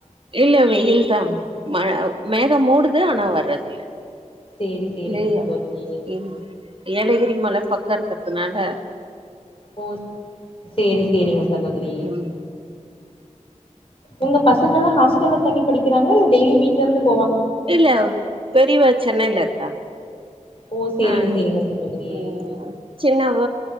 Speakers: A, on the right (about 45°); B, on the left (about 45°).
A: இல்ல வெயில் தா மழ மேக மூடுது ஆனா வர்றக்கில்ல
B: சேரி சேரிங்க
A: உம்
B: சகோதரி
A: உம் ஏலகிரி மலப் பக்க இருக்கற்த்துனால
B: ஓ சேரி சேரிங்க சகோதிரி
A: ம்
B: ஒங்க பசங்கலா ஹாஸ்டல்ல தங்கிப் படிக்கிறாங்ளா இல்ல டெய்லி வீட்ல இருந்துப்
A: இல்ல பெரியவ சென்னைல இருக்கா
B: ஓ சேரிங்க
A: அஹ்
B: சேரிங்க சகோதரி
A: உம் சின்னவ